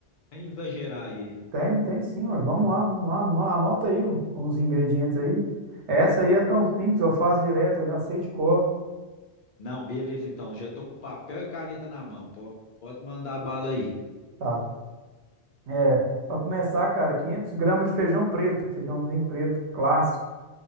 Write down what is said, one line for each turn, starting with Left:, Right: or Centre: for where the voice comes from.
Left: sem exagerar aí.
Right: tem, tem sim, ué. Vamos lá, vamos lá. Ano- Anota aí ó, uns ingredientes aí. Essa aí é tão simples, eu faço direto, eu já sei de cor.
Left: Não, beleza, então. Já tô com papel e caneta na mão. po- Pode mandar a bala aí.
Right: Tá. É, para começar, cara, 500 gramas de feijão preto, feijãozinho preto clássico.